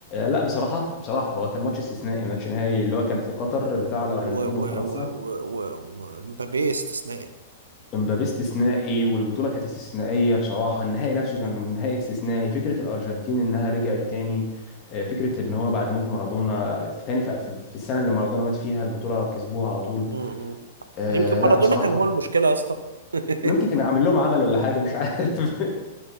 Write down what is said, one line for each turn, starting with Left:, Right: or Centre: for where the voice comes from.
Left: لا بصراحه بصراحه هو كان ماتش استثنائي ماتش نهائي اللي هو كان في قطر بتاع الارجنتين
Right: و
Left: وفرنسا
Right: و و و و ومبابي استثنائي
Left: مبابي استثنائي والبطوله كانت استثنائيه بصراحه النهائي نفسه
Right: مم.
Left: كان نهائي استثنائي فكره الارجنتين انها رجعت تاني آه، فكره ان هو بعد موت مارادونا في تاني في في السنه اللي مارادونا مات فيها البطوله كسبوها على طول
Right: مم.
Left: آه
Right: يمكن مارادونا
Left: لا بصراحة
Right: كان هو المشكلة يا اسطى <laughs>
Left: ممكن كان عامل لهم عمل ولا حاجة مش عارف <laughs>